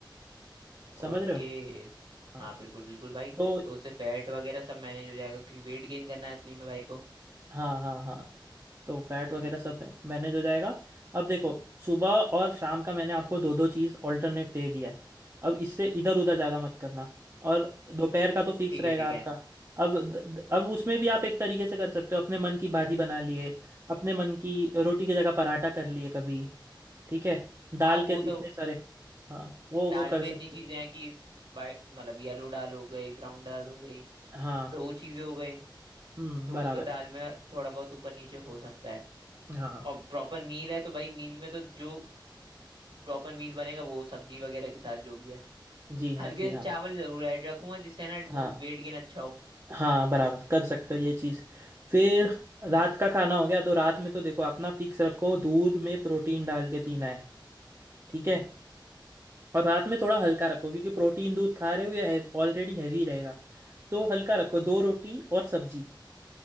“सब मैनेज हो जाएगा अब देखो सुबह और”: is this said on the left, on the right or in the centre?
Right